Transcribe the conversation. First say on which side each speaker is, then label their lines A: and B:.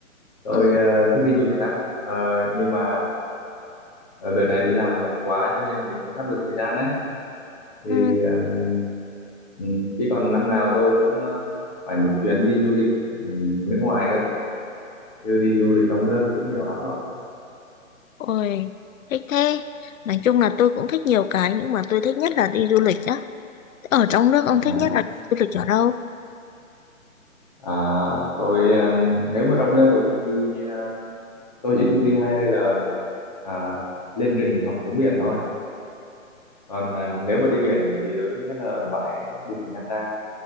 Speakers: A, on the left; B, on the left.
A: tôi
B: Ừ,
A: ờ, thích đi du lịch lắm Ờ, nhưng mà ờ, đợt này đi làm bận quá cho nên là mình không sắp được thời gian ấy thì
B: ừ,
A: ừm, ừm, chứ còn năm nào tôi cũng ờ, phải một chuyến đi du lịch ừm, nước ngoài cơ chứ đi du lịch trong nước cũng nhiều lắm rồi
B: ôi, thích thế. Nói chung là tôi cũng thích nhiều cái nhưng mà tôi thích nhất là đi du lịch á. Ở trong nước ông
A: Đó.
B: thích nhất là đi du lịch ở đâu?
A: à, tôi ừm, nếu mà trong nước tôi thích đi ờ, tôi chỉ thích đi hai nơi là à, lên rừng hoặc xuống biển thôi còn à, nếu mà đi biển thì tôi thích nhất là bãi biển Nha Trang